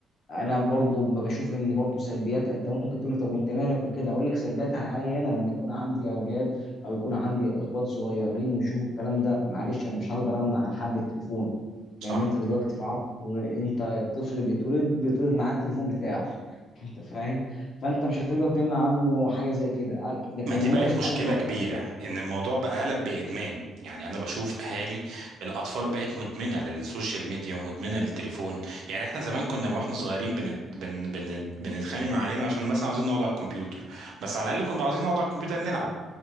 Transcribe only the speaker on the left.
انا برضو ب- بشوف ان برضو سلبياتها انت ممكن تقول لي طب وانت مالك وكده اقول لك سلبياتها عليا انا لما يكون عندي اولاد او يكون عندي اخوات صغيرين ويشوفوا الكلام ده معلش انا مش هقدر امنع عن حد التليفون
لان انت دلوقتي في عصر انت الطفل بيتولد بيتولد معاه التليفون بتاعه <laughs> انت فاهم فانت مش هتقدر تمنع عنه حاجه زي كده لكن
ممكن
اقدر